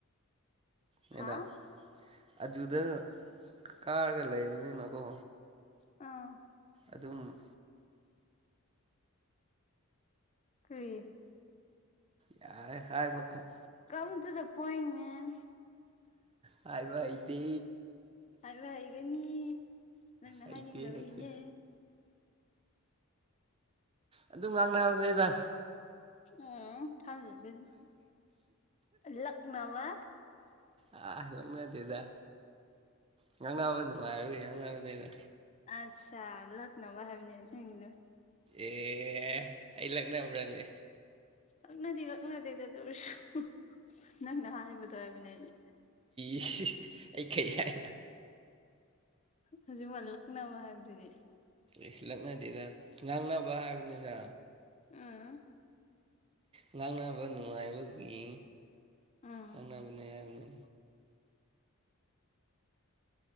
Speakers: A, on the right; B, on the left.
A: ꯅꯦꯗ
B: ꯍꯥ
A: ꯑꯗꯨꯗ ꯀꯥꯔꯒ ꯂꯩꯕꯅꯤꯅꯀꯣ
B: ꯎꯝ
A: ꯑꯗꯨꯝ
B: ꯀꯔꯤ
A: ꯌꯥꯏ ꯍꯥꯏꯕ ꯈꯠ
B: ꯀꯝ ꯇꯨꯗ ꯄꯣꯏꯟꯠ ꯃꯦꯟ
A: ꯍꯥꯏꯕ ꯍꯩꯇꯦ
B: ꯍꯥꯏꯕ ꯍꯩꯒꯅꯤ ꯅꯪꯅ
A: ꯍꯩꯇꯦ
B: ꯍꯥꯏꯅꯤꯡꯗꯕꯒꯤꯅꯦ
A: ꯍꯩꯇꯦ ꯑꯗꯨꯝ ꯉꯥꯡꯅꯕꯅꯤꯗ
B: ꯎꯝ ꯊꯥꯖꯗꯦ ꯑ ꯂꯛꯅꯕ
A: ꯑꯥ ꯂꯛꯅꯗꯦꯗ ꯉꯥꯡꯅꯕ ꯅꯨꯡꯉꯥꯏꯕꯒꯤ ꯉꯥꯡꯅꯕꯅꯤꯗ
B: ꯑꯠꯁꯥ ꯂꯛꯅꯕ ꯍꯥꯏꯕꯅꯦ ꯅꯪꯒꯤꯗꯣ
A: ꯑꯦ ꯑꯩ ꯂꯛꯅꯕ꯭ꯔꯅꯦ
B: ꯂꯛꯅꯗꯤ ꯂꯛꯅꯗꯦꯗ ꯑꯗꯨ ꯑꯣꯏꯔꯁꯨ ꯅꯪꯅ ꯍꯥꯏꯕꯗꯣ ꯍꯥꯏꯕꯅꯦ ꯑꯩꯗꯤ
A: ꯏꯁ ꯑꯩ ꯀꯩ ꯍꯥꯏꯔꯤꯕ
B: ꯍꯧꯖꯤꯛ ꯋꯥꯏ ꯂꯛꯅꯕ ꯍꯥꯏꯕꯗꯨꯗꯤ
A: ꯏꯁ ꯂꯛꯅꯗꯦꯗ ꯉꯥꯡꯅꯕ ꯍꯥꯏꯕꯅꯤꯗ
B: ꯎꯝ
A: ꯉꯥꯡꯅꯕ ꯅꯨꯡꯉꯥꯏꯕꯒꯤ
B: ꯎꯝ
A: ꯉꯥꯡꯅꯕꯅꯤ ꯍꯥꯏꯕꯅꯦ